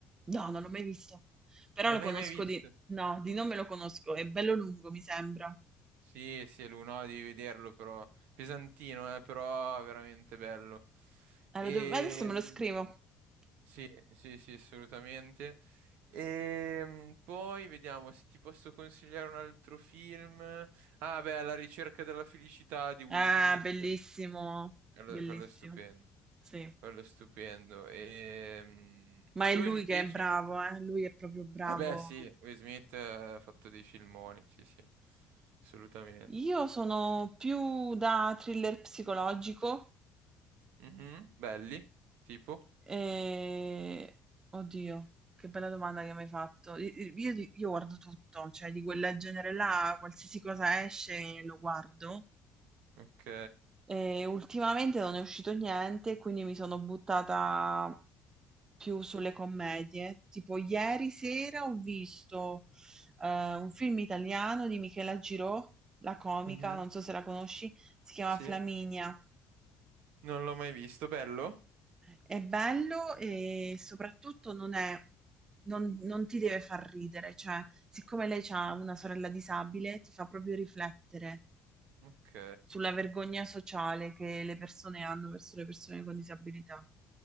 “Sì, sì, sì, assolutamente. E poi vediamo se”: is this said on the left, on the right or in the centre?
Right